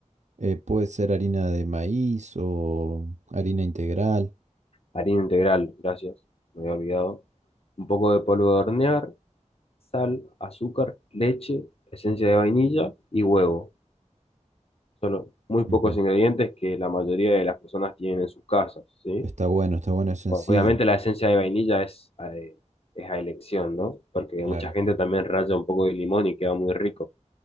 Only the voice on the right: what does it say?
Eh, puede ser harina de maíz o harina integral.
Ujú, ujú.
Está bueno, está bueno, es sencillo.
Claro.